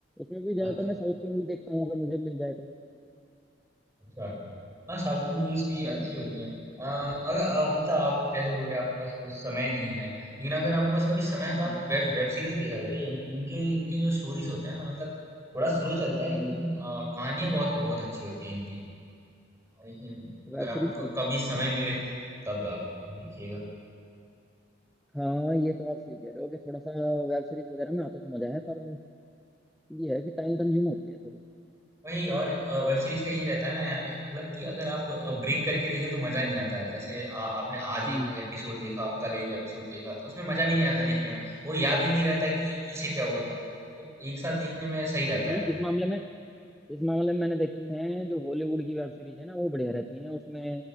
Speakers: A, in the centre; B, on the right (about 15°).
A: उसमें भी ज्यादातर
B: अच्छा
A: मैं साउथ की मूवी देखता हूँ अगर मुझे मिल जाए तो
B: अच्छा हाँ साउथ की मूवीज भी
A: हाँ
B: अच्छी होती हैं अ, अगर अ, मतलब आप जैसे बोल रहे हैं आपके पास वो समय नहीं है लेकिन अगर आपके पास कभी समय है
A: हम्म
B: तो आप वेब वेब सीरीज देखा करिए इन, इनके इनके जो स्टोरीज होते हैं ना मतलब थोड़ा स्लो चलता है
A: हम्म
B: लेकिन अ, कहानियाँ बहुत बहुत अच्छी होती हैं इनकी लेकिन
A: वेब
B: अगर आपको
A: सीरीज की
B: क- कभी समय मिले तो तब आप देखिएगा
A: हाँ ये तो आप सही कह रहे हो कि थोड़ा सा वेब सीरीज वगैरह में आता तो मजा है पर ये है कि टाइम कंज्यूम होती है थोड़ी
B: वही और वेब सीरीज का ये रहता है ना यार मतलब कि अगर आप ब्रेक करके देखे तो मजा नहीं आता है जैसे अ, आपने आज
A: हम्म
B: एक
A: हम्म।
B: एपिसोड देखा कल एक एपिसोड देखा तो उसमें मजा भी नहीं आता देखने में वो याद ही नहीं रहता है कि पीछे क्या हुआ था मतलब एक साथ देखने में सही रहता
A: नहीं
B: है
A: इस मामले में इस मामले में मैंने देखी है जो हॉलीवुड की वेब सीरीज है ना वो बढ़िया रहती है उसमें